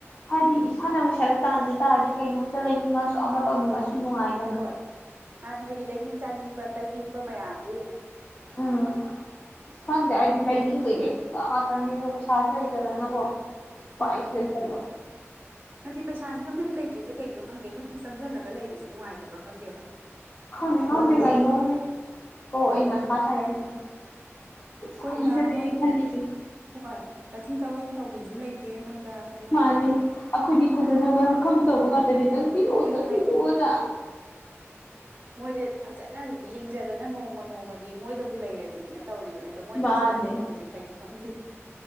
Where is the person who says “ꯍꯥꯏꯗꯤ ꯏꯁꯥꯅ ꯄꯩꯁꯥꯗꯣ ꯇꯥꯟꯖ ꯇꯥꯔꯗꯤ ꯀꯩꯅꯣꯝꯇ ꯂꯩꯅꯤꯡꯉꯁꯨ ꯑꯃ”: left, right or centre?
Left